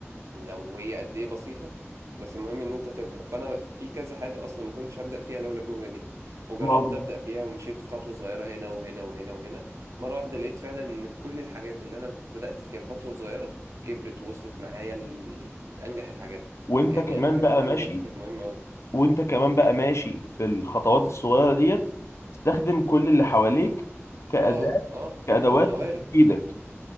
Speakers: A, on the right (about 85°); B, on the left (about 70°).
A: لو هي قد ايه بسيطة بس المهم ان انت تبدأ فانا في كذا حاجة اصلا ما كنتش هبدأ فيها لولا الجملة دي وجربت
B: ما هو-
A: ابدأ فيها ومشيت في خطوة صغيرة هنا وهنا وهنا وهنا مرة واحدة لقيت فعلا ان كل الحاجات اللي انا بدأت فيها بخطوة صغيرة كبرت ووصلت معايا ل- لانجح الحاجات
B: وانت
A: يعني
B: كمان
A: انا فاكر
B: بقى
A: الجملة
B: ماشي
A: دي كانت مهمة قوي
B: وانت كمان بقى ماشي في الخطوات الصغيره ديت تستخدم كل اللي حواليك كأداة
A: اه اه
B: كأدوات
A: موارد
B: تفيدك